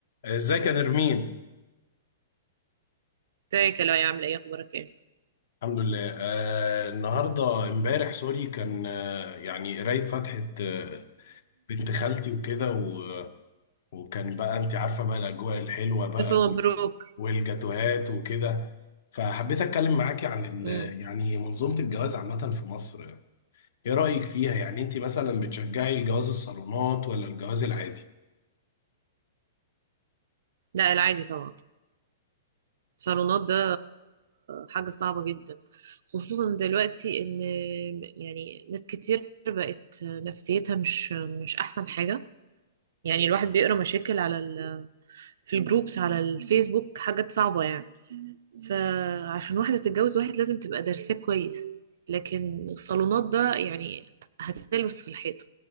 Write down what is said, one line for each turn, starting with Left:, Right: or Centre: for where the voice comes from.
Left: ازيك يا نرمين
Right: ازيك يا لؤي عاملة ايه اخبارك ايه؟
Left: الحمد لله آه النهارده امبارح سوري كان آه يعني قرايه فاتحه آه بنت خالتي وكده و- وكان بقى انت عارفه بقى الاجواء الحلوه بقى
Right: ألف مبروك
Left: و- والجاتوهات وكده فحبيت اتكلم معاكي عن ال-
Right: مم.
Left: يعني منظومه الجواز عامه في مصر ايه رايك فيها يعني انت مثلا بتشجعي الجواز الصالونات ولا الجواز العادي
Right: لا العادي طبعا صالونات ده حاجة صعبة جدا خصوصا دلوقتي ان يعني ناس كتير بقت نفسيتها مش مش احسن حاجة يعني الواحد بيقرا مشاكل على ال... في الجروبس على الفيسبوك حاجات صعبة يعني فعشان واحدة تتجوز واحد لازم تبقى دارساه كويس لكن الصالونات ده يعني هتتلبس في الحيطة